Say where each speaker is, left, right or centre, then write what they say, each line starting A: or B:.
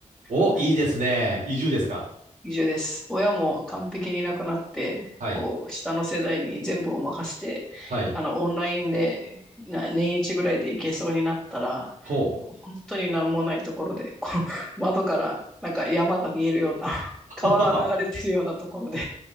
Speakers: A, on the right (about 75°); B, in the centre.
A: お、
B: なんて、
A: いいですね。移住ですか。
B: 移住です。親も完璧にいなくなって、
A: はい。
B: こう、下の世代に全部を任せて、
A: はい。
B: あの、オンラインで、な、年一ぐらいで行けそうになったら、
A: ほ
B: こう本当になんもないところで、こう、窓からなんか山が見えるような、川が流れてるようなところで、
A: う。<laughs>